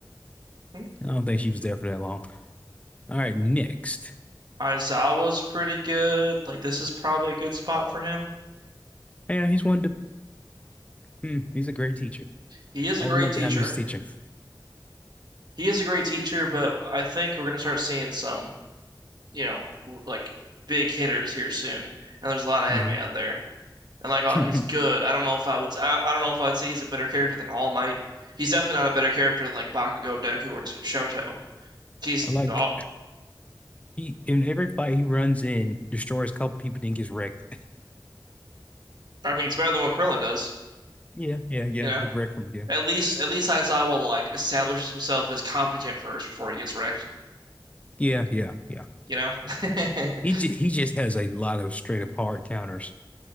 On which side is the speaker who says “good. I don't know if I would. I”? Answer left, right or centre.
Right